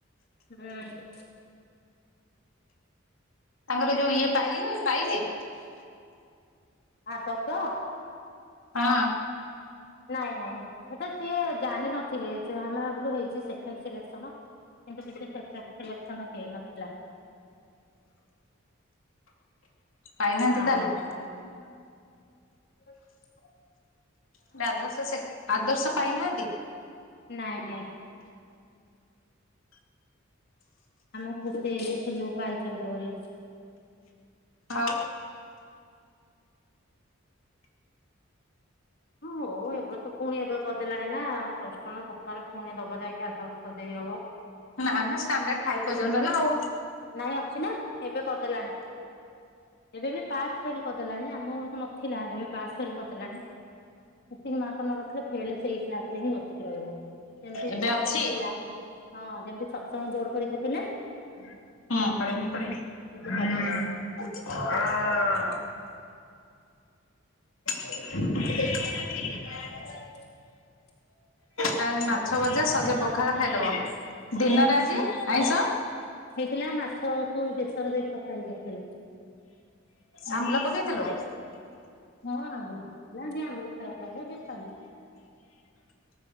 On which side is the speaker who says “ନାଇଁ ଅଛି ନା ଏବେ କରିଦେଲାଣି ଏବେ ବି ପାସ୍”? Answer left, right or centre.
Left